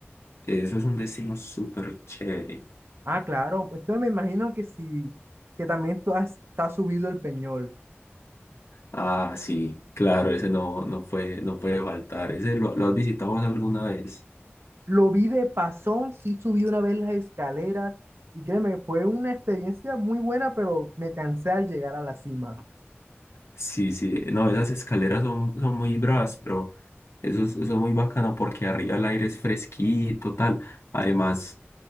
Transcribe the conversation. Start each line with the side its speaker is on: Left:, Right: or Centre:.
Left: Eso es un destino súper chévere.
Right: Ah, claro. Entonces me imagino que sí, que también tú has, te has subido el Peñol.
Left: Ah, sí, claro, ese no, no puede, no puede faltar. Ese lo, lo has visitado vos alguna vez.
Right: Lo vi de pasón, sí subí una vez las escaleras y créeme, fue una experiencia muy buena, pero me cansé al llegar a la cima.
Left: Sí, sí, no, esas escaleras son, son muy bravas, pero eso es, eso es muy bacano porque arriba el aire es fresquito, tal. Además,